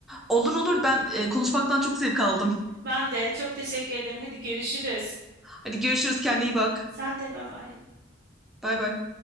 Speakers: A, in the centre; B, on the right.
A: Olur olur ben e, konuşmaktan çok zevk aldım.
B: Ben de çok teşekkür ederim. Hadi görüşürüz.
A: Hadi görüşürüz kendine iyi bak.
B: Sen de bay bay.
A: Bay bay.